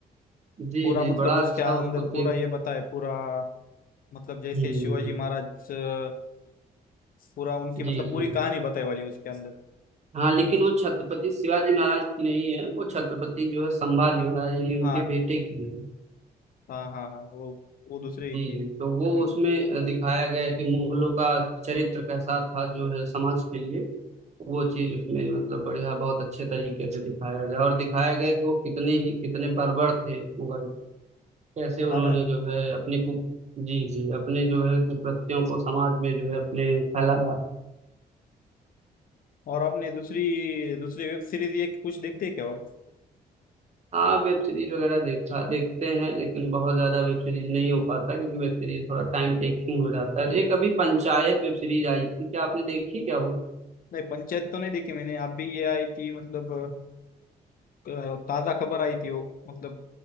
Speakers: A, on the right; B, on the left.
A: जी
B: पूरा
A: जी
B: मतलब
A: बड़ा
B: उसके
A: अच्छा
B: अंदर
A: उसको देख
B: पूरा ये बताए पूरा मतलब जैसे
A: हम्म
B: शिवाजी महाराज अ, पूरा उनकी मतलब
A: जी
B: पूरी
A: जी
B: कहानी बताई वाली उसके अंदर
A: हाँ लेकिन वो छत्रपति शिवाजी महाराज की नहीं है वो छत्रपति जो है संभाजी महाराज यानी उनके
B: हाँ
A: बेटे की है
B: हाँ हाँ हाँ वो वो दूसरे ही
A: जी
B: की
A: जी तो वो
B: हम्म,
A: उसमें अ, दिखाया गया है कि मुगलों का चरित्र कैसा था जो है समाज के लिए वो चीज उसमें मतलब बढ़िया बहुत अच्छे तरीके से दिखाया गया और दिखाया गया कि वो कितने ही कितने बर्बर थे मुगल कैसे उन्होंने
B: हाँ ना
A: जो है अपनी कु जी जी अपने जो है कुप्रतियों को समाज में जो है अपने फैलाया
B: और आपने दूसरी दूसरी वेब सीरीज ये कुछ देखते हैं क्या और
A: हाँ वेब सीरीज वगैरह देखा देखते हैं लेकिन बहुत ज्यादा वेब सीरीज नहीं हो पाता क्योंकि वेब सीरीज थोड़ा टाइम टेकिंग हो जाता है तो एक अभी पंचायत वेब सीरीज आई थी क्या आपने देखी क्या वो
B: नहीं पंचायत तो नहीं देखी मैंने आप भी ये आई थी मतलब अ, ताज़ा खबर आई थी वो मतलब